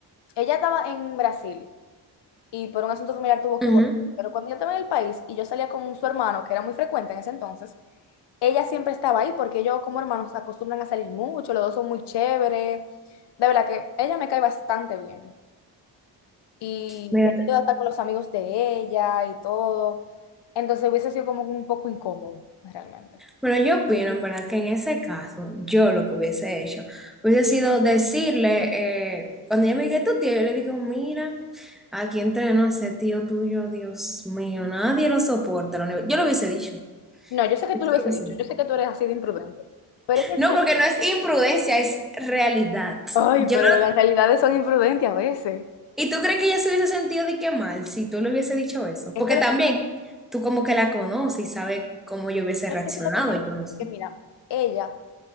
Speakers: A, on the left; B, in the centre.
A: ella estaba en Brasil y por un asunto familiar tuvo que
B: Ujú.
A: volver. Pero cuando yo estaba en el país y yo salía con su hermano, que era muy frecuente en ese entonces, ella siempre estaba ahí porque ellos como hermanos acostumbran a salir mucho, los dos son muy chéveres. De verdad que ella me cae bastante bien. Y
B: Mira,
A: he ido hasta con los amigos de ella y todo. Entonces hubiese sido como un poco incómodo, realmente.
B: Bueno, yo opino, en verdad, que en ese caso, yo lo que hubiese hecho hubiese sido decirle, eh, cuando ella me diga tu tío, yo le digo, mira, aquí entreno a ese tío tuyo, Dios mío, nadie lo soporta. la uni-". Yo lo hubiese dicho.
A: No, yo sé que
B: Yo
A: tú lo hubiese
B: lo hubiese
A: dicho,
B: dicho.
A: yo sé que tú eres así de imprudente. Pero es que
B: No,
A: dime
B: porque
A: tú.
B: no es imprudencia, es realidad.
A: Ay,
B: Yo,
A: pero
B: no,
A: las realidades son imprudentes a veces.
B: ¿y tú crees que ella se hubiese sentido de qué mal si tú le hubiese dicho eso?
A: Es
B: Porque
A: que lo
B: también
A: que, es
B: tú como que la conoces y sabes cómo yo hubiese reaccionado,
A: que eso es lo que ella...
B: yo no
A: Es
B: sé.
A: que mira, ella